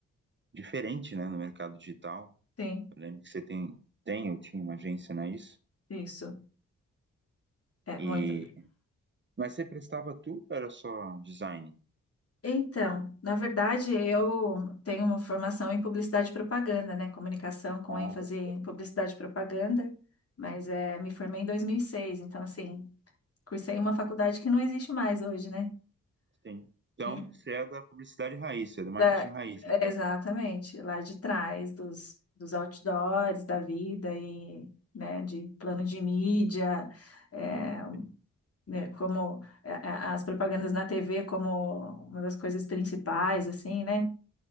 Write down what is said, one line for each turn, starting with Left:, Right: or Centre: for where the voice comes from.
Right: diferente, né, no mercado digital.
Left: Sim,
Right: Eu lembro que você tem, tem, eu tinha uma agência, né, isso?
Left: isso. É,
Right: E,
Left: muito.
Right: mas você prestava tudo, ou era só design?
Left: Então, na verdade, eu tenho uma formação em publicidade e propaganda, né? Comunicação com
Right: Ah,
Left: ênfase
Right: bom,
Left: em publicidade e propaganda, mas é, me formei em 2006, então, assim, cursei em uma faculdade que não existe mais hoje, né?
Right: sim. Então,
Left: Sim.
Right: você é da publicidade raiz, você é do marketing
Left: Da-
Right: raiz, né?
Left: é, exatamente, lá de trás dos, dos outdoors da vida e, né, de plano de mídia. eh,
Right: Sim.
Left: né, como a- a- as propagandas na TV como uma das coisas principais, assim, né?